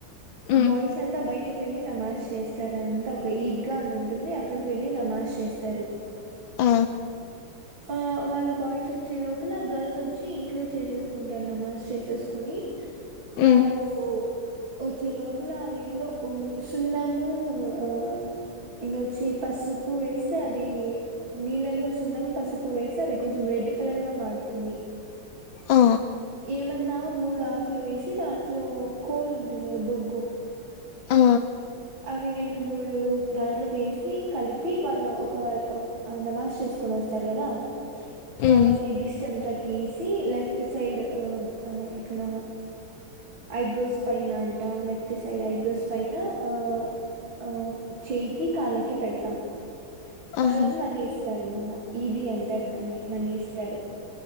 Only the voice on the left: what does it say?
ఉమ్,
ఆ
ఉమ్
ఆ
ఆ
ఉమ్
ఆహా